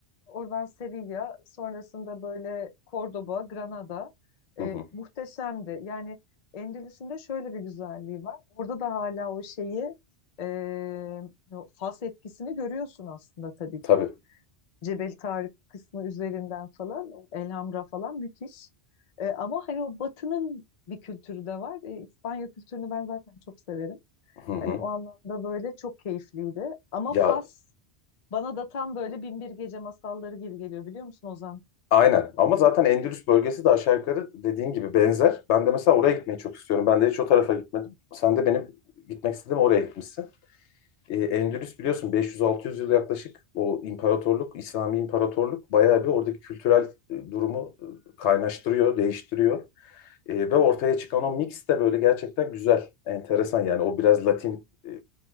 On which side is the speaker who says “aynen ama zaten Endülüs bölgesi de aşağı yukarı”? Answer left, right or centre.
Left